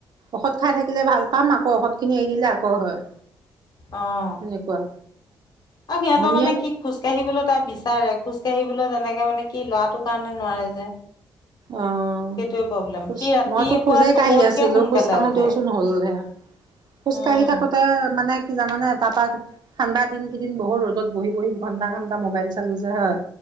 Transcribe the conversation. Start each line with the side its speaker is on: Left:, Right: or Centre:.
Right: ঔষধ খাই থাকিলে ভাল পাম, আকৌ ঔষধ খিনি এৰি দিলে আকৌ হয়।
Left: অ'
Right: সেনেকুৱা।
Left: আৰু সিহঁতৰ
Right: হোমিঅত
Left: মানে কি খোজকাাঢ়িবলৈ তাৰ বিচাৰে খোজ। খোজকাঢ়িবলৈ তেনেকে মানে কি ল'ৰাটো কাৰণে নোৱাৰে যে।
Right: অ'
Left: সেইটোৱে প্ৰব্লেম
Right: খোজ
Left: সি ৰাতিপুৱা
Right: মইতো খোজেই
Left: চবতকে
Right: কাঢ়ি আছিলোঁ,
Left: সোনকালে
Right: খোজ কাঢ়োতেওঁ
Left: উঠে
Right: চোন হ'ল হেয়া। খোজ
Left: উম
Right: কাঢ়ি থাকোঁতে মানে। কি জানানে, তাৰ পৰা ঠাণ্ডা দিন কেইদিন বহুত ৰ'দত বহি বহি ঘণ্টা ঘন্টা মোবাইল চালোঁ যে হয়।